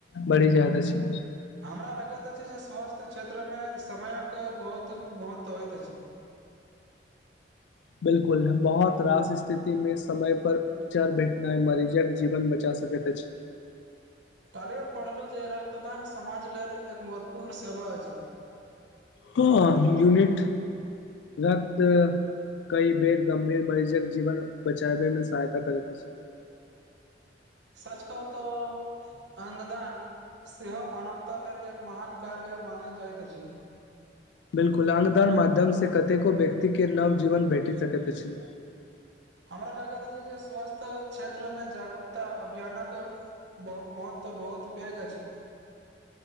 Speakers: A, on the left; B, on the right.
A: बढ़ि जायत अछि
B: हमरा लगैत अछि जे स्वास्थ्य क्षेत्र मे समयक बहुत महत्व होइत अछि
A: बिलकुल बहुत रास स्थिति मे समय पर उपचार भेटनाइ मरीजक जीवन बचा सकैत अछी
B: काल्हि हम पढ़लु जे रक्तदान समाज लेल एक महत्वपूर्ण सेवा अछि
A: हँ यूनिट रक्त कइ बेर गंभीर मरीजक जीवन बचाबे मे सहायता करैत अछि
B: सच कहु तऽ अंगदान सेहो मानवता लेल एक महान कार्य मानल जाइत अछि
A: बिल्कुल अंगदान माध्यमसँ कतेको व्यक्तिके नव जीवन भेटि सकैत अछि
B: हमरा लागैत अछि जे स्वास्थ्य क्षेत्र मे जागरूकता अभियानक बहुत महत्व बहुत पैघ अछी